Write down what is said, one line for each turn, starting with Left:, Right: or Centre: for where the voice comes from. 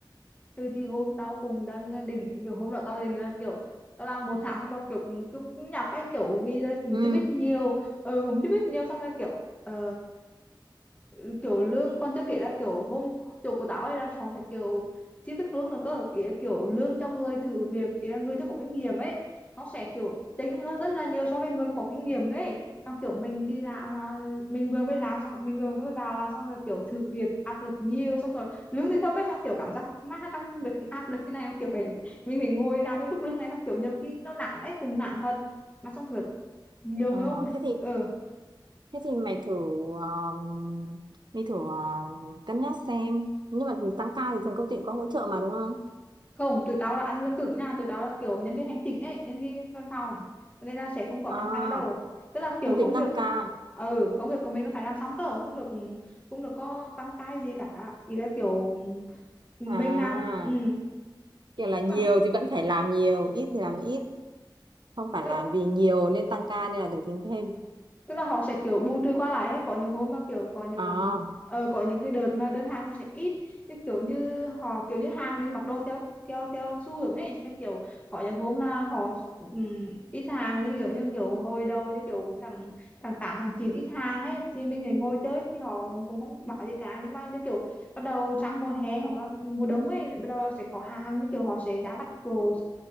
Left: ừ thì hôm tao cũng đang ờ, định kiểu hôm đó tao định là kiểu tao làm một tháng xong tao kiểu cũng, cũng, cũng nhọc ấy kiểu vì là cũng
Right: ừ
Left: chưa biết nhiều ừ, cũng chưa biết nhiều xong rồi kiểu ờ Ừ, kiểu lương còn chưa kể là kiểu hôm chỗ của tao ấy là họ sẽ kiểu chưa biết lương là cơ ý là kiểu lương cho người thử việc ý là người chưa có kinh nghiệm ấy nó sẽ kiểu tính hơn rất là nhiều so với người mà có kinh nghiệm đấy xong kiểu mình đi làm mà mình vừa mới làm xong mình vừa mới vào làm xong rồi kiểu thử việc áp lực nhiều xong rồi lương thì thấp ấy xong kiểu cảm giác má trong công việc áp lực như này mà kiểu phải mình phải ngồi làm với mức lương này xong kiểu nhiều khi nó nản ấy cùng nản thật mà xong kiểu nhiều
Right: Ờ,
Left: người không
Right: thế thì
Left: ờ
Right: thế thì mày thử um, mày thử um, cân nhắc xem nhưng mà tăng ca thì thường công ty cũng có hỗ trợ mà đúng không
Left: không tụi tao là ăn lương cứng nha tụi tao là kiểu nhân viên hành chính ấy nhân viên văn phòng Cho nên là sẽ không có
Right: à
Left: tăng ca đâu tức là
Right: không
Left: kiểu công
Right: tính tăng
Left: việc
Right: ca
Left: ừ công việc của mình nó phải làm xong cơ không được cũng được có tăng ca gì cả ý là kiểu ừ, mình
Right: à
Left: làm ừ,
Right: kiểu là
Left: tức
Right: nhiều
Left: là
Right: thì vẫn phải làm nhiều ít thì làm ít không phải
Left: tức
Right: là vì nhiều nên tăng ca nên là được tính thêm
Left: tức là họ sẽ kiểu bù trừ qua lại hay có những hôm mà kiểu có những
Right: à
Left: ờ, có những cái đợt mà đơn hàng nó sẽ ít như kiểu như họ kiểu như hàng mình mặc đồ theo theo theo xu hướng ấy sẽ kiểu có những hôm là họ ừm, ít hàng với kiểu như kiểu hồi đầu như kiểu thằng thằng tám thằng chín ít hàng ấy thì mình lại ngồi chơi thì họ cũng không bảo gì cả nhưng mà những kiểu bắt đầu sang mùa hè hoặc là mùa đông ấy bắt đầu là sẽ có hàng như kiểu họ sẽ đã bắt đồ